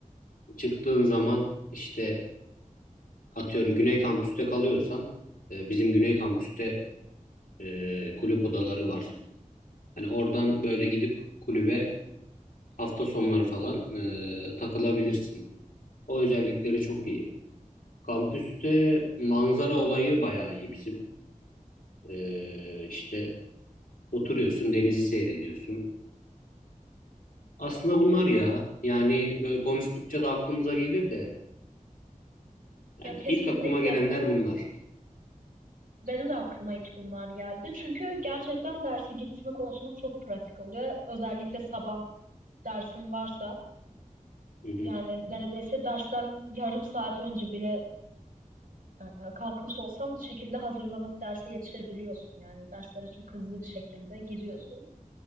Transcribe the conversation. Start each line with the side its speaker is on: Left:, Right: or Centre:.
Left: çıktığın zaman işte atıyorum Güney Kampüs'te kalıyorsan e, bizim Güney Kampüs'te e, kulüp odaları var. Hani oradan böyle gidip kulübe hafta sonları falan e, takılabilirsin. O özellikleri çok iyi. Kampüste manzara olayı bayağı iyi bizim. E, işte oturuyorsun, denizi seyrediyorsun. Aslında bunlar ya. Yani böyle konuştukça da aklımıza gelir de. Yani
Right: Ya kesinlikle
Left: ilk aklıma gelenler bunlar.
Right: benim de aklıma ilk bunlar geldi. Çünkü gerçekten derse gitme konusunda çok pratik oluyor. Özellikle sabah dersin varsa
Left: Hı hı.
Right: Yani neredeyse dersten yarım saat önce bile e, kalkmış olsam bir şekilde hazırlanıp derse yetişebiliyorsun. Yani derslere çok hızlı bir şekilde giriyorsun.